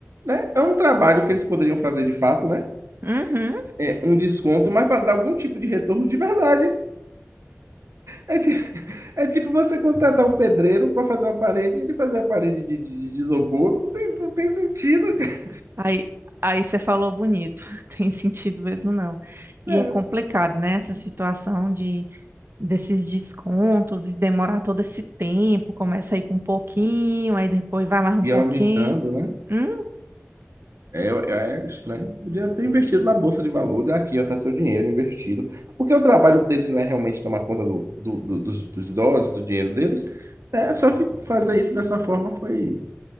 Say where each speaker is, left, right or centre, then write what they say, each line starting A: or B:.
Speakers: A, on the right; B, on the right.
A: né? É um trabalho que eles poderiam fazer de fato, né?
B: uhum.
A: É um desconto, mas para dar algum tipo de retorno de verdade. É, ti- <laughs> é tipo você contratar um pedreiro para fazer uma parede, ele fazer a parede de, de, de isopor, não tem, não tem sentido, cara.
B: Aí, aí você falou bonito, <laughs> tem sentido mesmo não. E
A: É.
B: é complicado, né? Essa situação de desses descontos e demorar todo esse tempo, começa aí com um pouquinho, aí depois vai mais um
A: E
B: pouquinho.
A: aumentando, né?
B: Hum,
A: É, é estranho. Podia ter investido na bolsa de valores, aqui, ó, tá seu dinheiro investido. Porque o trabalho deles não é realmente tomar conta do, do- do- dos, dos idosos, do dinheiro deles. É, só que fazer isso dessa forma foi,